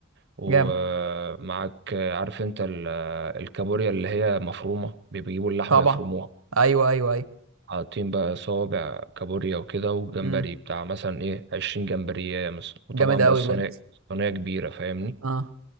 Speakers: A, on the right; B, on the right.
A: ومعاك
B: جامد
A: عارف انت ال- الكابوريا اللي هي مفرومة بيجيبوا اللحمة
B: طبعا
A: يفرموها
B: ايوه ايوه ايوه
A: حاطين بقى صوابع كابوريا وكده وجمبري
B: امم
A: بتاع مثلا ايه عشرين جمبرية مثلا وطبعا
B: جامد قوي
A: بقى الصينية
B: بجد
A: صينية كبيرة فاهمني
B: اه